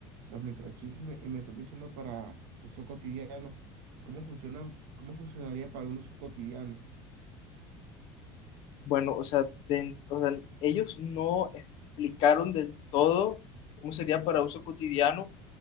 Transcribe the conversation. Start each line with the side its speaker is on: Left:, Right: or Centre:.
Right: los microchips me- y me estás diciendo para uso cotidiano, ¿cómo funcionan, cómo funcionaría para un uso cotidiano?
Left: Bueno, o sea, de- o sea, ellos no explicaron del todo cómo sería para uso cotidiano,